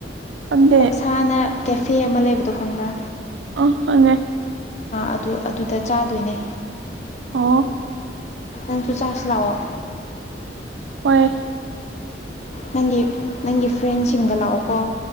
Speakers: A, on the right (about 85°); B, on the left (about 40°).
A: ꯈꯟꯗꯦ
B: ꯑꯣꯛꯁꯥꯅ ꯀꯦꯐꯦ ꯑꯃ ꯂꯩꯕꯗꯣ ꯈꯪꯕ꯭ꯔꯥ
A: ꯑꯣ ꯍꯉꯦ
B: ꯑꯗꯨ ꯑꯗꯨꯗ ꯆꯥꯗꯣꯏꯅꯦ
A: ꯑꯣ
B: ꯑꯁꯨ ꯆꯥꯁ ꯂꯑꯣꯑꯣ
A: ꯑꯣꯏꯣꯏ
B: ꯅꯪꯒꯤ ꯅꯪꯒꯤ ꯐ꯭ꯔꯦꯟꯁꯤꯡꯒ ꯂꯥꯛꯑꯣꯀꯣ